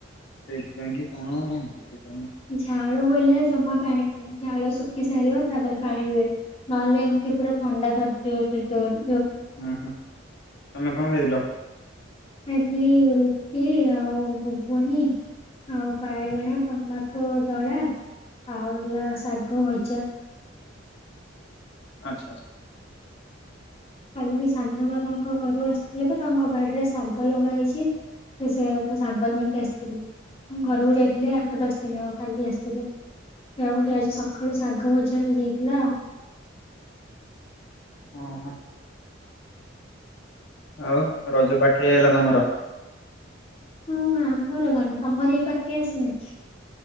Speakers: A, on the left; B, on the left.
A: ସେଇଥିପାଇଁ କି କଣ? ବୁଝିପାରୁନି।
B: ଝାଳ ବୋଇଲା ଜମା ପାଣି ପିଇବେନି। ଝାଳ ଶୁଖି ସାରିବ ତାପରେ ପାଣି ପିଇବେ ନହେଲେ ଏମିତି ପୁରା ଥଣ୍ଡା ଧରିଥିବ ଦୁ <unintelligible>
A: ଉହୁଁ ତମେ କଣ ଖଇଥିଲ?
B: ହେଥିଲି ରୁଟି ଆଉ ଘୁଗୁନି ଆଉ ବାଇଗଣ ଟମାଟୋ ଦଳା ଆଉ ହେଲା ଶାଗ ଭଜା
A: ଆଛା ଆଛା
B: କାଲି ସାନ ବାବାଙ୍କ ଘରୁ ଆସିଥିଲେ ତ ତାଙ୍କ ବାଡିରେ ଶାଗ ଲଗା ହେଇଛି ସେ ସେଆକୁ ଶାଗ ନେଇକି ଆସିଥିଲେ ଘରକୁ ଯାଇଥିଲେ ଆଠ ଦଶ ଦିନ କାଲି ଆସିଲଥିଲେ ସେ ଗୋଟେ ଆଜି ସକାଳୁ ଶାଗ ଭଜା ହେଇଯାଇଥିଲା ଆଉ।
A: ଓହୋ ଆଉ ରଜ ପାଖେଇ ଅଇଲା ତମର
B: ହଁ ଆମର କଣ ତମର ବି ପାଖେ ଆସିନି କି?